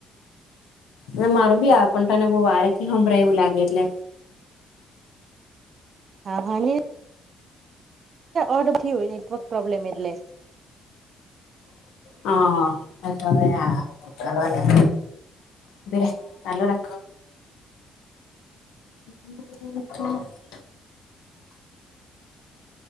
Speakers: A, on the left; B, on the right.
A: વે મારો બી આયો પન તને બોવ વારેથી હંમભરાય એવું લાગે એટલે.
B: હા હને અરથી હોય નેટવક ર્પ્રોબ્લેમ એટલે.
A: હા અ હવેઆ જવાને ઉભીરે ચાલુ રાખ. <unintelligible>